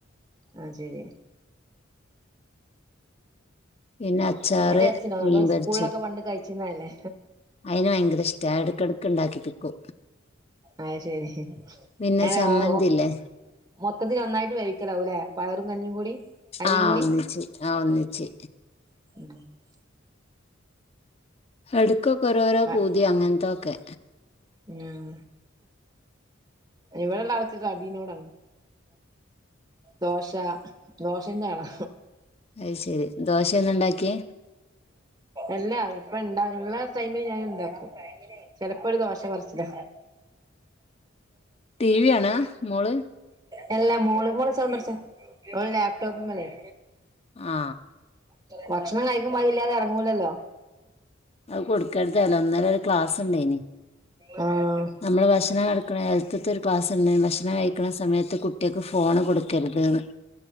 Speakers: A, on the right; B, on the left.
A: ആ ശെരി
B: പിന്നെ അച്ചാറ്
A: അത് ട്ടേസ്സിനോ നമ്മള്
B: മീൻ
A: സ്കൂളിലൊക്കെ
B: പൊരിച്ച്
A: പണ്ട് കഴിച്ചിരുന്നല്ലേ
B: അയിന് പയങ്കരിഷ്ട്ടാ എടക്കെടക്കിണ്ടാക്കി പ്പിക്കു
A: ആ ശെരി ശെരി
B: പിന്നെ
A: അങ്ങനെ
B: ചമ്മന്തില്ലേ
A: ഓ ഓ മൊത്തത്തിലൊന്നായിട്ട് വേവിക്കലാവൂലേ പയറും കഞ്ഞിയും കൂടി അരിയുംകൂടി
B: ആ ഒന്നിച്ച് ആ ഒന്നിച്ച്
A: <unintelligible>
B: എടുക്കൊക്കെ ഓരോരോ
A: ആഹ്
B: പൂതിയാ അങ്ങനത്തൊക്കെ
A: ഉം ഇവിടൊള്ളാൾക്ക് കടീനോടാണ് ദോശാ ദോശേൻ്റാളാ
B: അയ്ശെരി ദോശയ ന്നാ ഇണ്ടാക്കിയേ
A: അല്ലാ അവരിപ്പ യിണ്ടാക്കുള്ള ടൈമിൽ ഞാൻ ഇണ്ടാക്കും ചെലപ്പോ ഒരു ദോശകൊറച്ചില
B: ടിവി കാണാ മോള്
A: അ ല്ലാ മോള് മോള് സൗണ്ടുറച്ചേ അവള് ലാപ്ട്ടോപ്പിൻ മേലെയാ
B: ആ
A: ഭക്ഷണം കഴിക്കുമ്പോ അയില്ലാതെ എറങ്ങൂലല്ലോ
B: അത് കൊടുക്കരുതല്ലോ ഇന്നലെ ഒരു ക്ലാസുണ്ടേയന്‌
A: ആ അ
B: നമ്മള് ഭക്ഷണം കഴിക്കണ നേരത്തത്തെ ഒരു ക്ലാസ്സുണ്ടാരുന്നു ഭക്ഷണം കഴിക്കണ സമയത്ത് കുട്ട്യൾക്ക് ഫോണ് കൊടുക്കരുത് ന്ന്